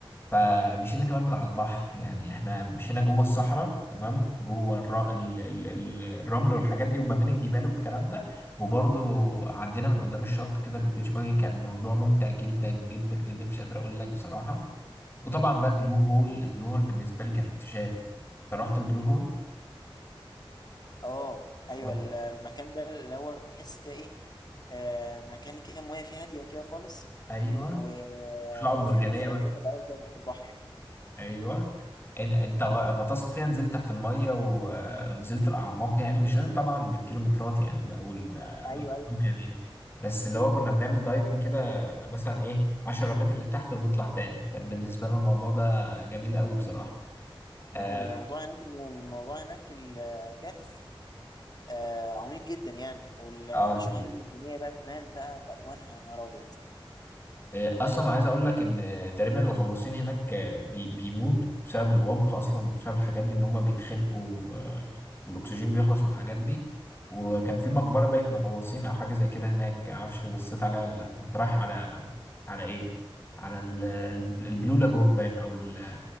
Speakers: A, on the left (about 25°); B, on the left (about 50°).
A: فمشينا كمان من على البحر يعني احنا مشينا جوه الصحراء تمام جوه الر... ال... ال... ال- الرمل والحاجات دي وما بين الجبال والكلام ده وبرضو عدينا من قدام الشط كده بالبيتش باجي كان موضوع ممتع جدا جدا جدا مش قادر اقول لك بصراحه وطبعا بقى البلو هول البلو هول بالنسبه لي كان اكتشاف انت رحت البلو هول؟
B: اه ايوه
A: طب.
B: المكان ده اللي هو تحس كده ايه آه مكان كده المية فيه هادية كده خالص
A: ايوه
B: و...
A: وشعب مرجانيه
B: وفي حفرة
A: بقى.
B: كده طبيعية كده تحت البحر
A: ايوه إن- انت غطست فيها نزلت تحت الميه ونزلت الاعماق يعني مش لازم طبعا بالكيلومترات يعني او ال-
B: ايوه
A: الأرقام
B: ايوه
A: يعني بس اللي هو كنا بنعمل دايفنج كده مثلا ايه 10 متر لتحت ونطلع تاني كان بالنسبه لنا الموضوع ده جميل قوي بصراحه
B: مم.
A: اه
B: الموضوع هناك الموضوع هناك الكهف آه عميق جدا يعني والشعاب
A: آه،
B: المرجانية بقى كمان بقى بألوانها يا نهار أبيض
A: آه، اصلا عايز اقول لك ان آه، تقريبا الغواصين هناك آه، بي- بيموتوا بسبب العمق اصلا وبسبب الحاجات دي ان هم بيتخنقوا
B: مم.
A: آه، والاكسجين بيخلص والحاجات دي وكان في مقبره باين للغواصين او حاجه زي كده هناك معرفش بصيت عليها ولا لا كنت رايح على على ايه على ال- ال- البلو لاجون باين او ال-